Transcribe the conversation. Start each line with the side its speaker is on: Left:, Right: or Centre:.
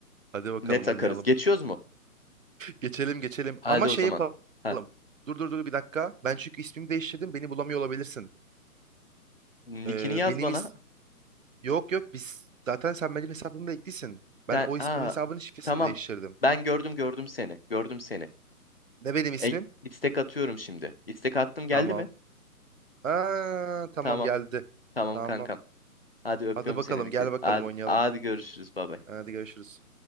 Right: Hadi bakalım
Left: Net
Right: oynayalım.
Left: akarız. Geçiyoruz mu?
Right: Geçelim geçelim.
Left: Hadi
Right: Ama şey
Left: o zaman.
Right: yapalım.
Left: Ha.
Right: Dur dur dur bir dakika. Ben çünkü ismimi değiştirdim. Beni bulamıyor olabilirsin.
Left: Nick'ini
Right: Ee,
Left: yaz
Right: benim
Left: bana.
Right: is... Yok yok biz... Zaten sen benim hesabımda eklisin. Ben
Left: Sen
Right: o, is-
Left: aa
Right: o hesabın şifresini
Left: tamam.
Right: değiştirdim.
Left: Ben gördüm gördüm seni. Gördüm seni.
Right: Ne benim ismim?
Left: E, istek atıyorum şimdi. İstek attım geldi
Right: Tamam.
Left: mi?
Right: Aa, tamam
Left: Tamam.
Right: geldi.
Left: Tamam
Right: Tamam.
Left: kankam. Hadi öpüyorum
Right: Hadi bakalım
Left: seni. Dikkat.
Right: gel bakalım
Left: Hadi,
Right: oynayalım.
Left: hadi görüşürüz. Baba.
Right: Hadi görüşürüz.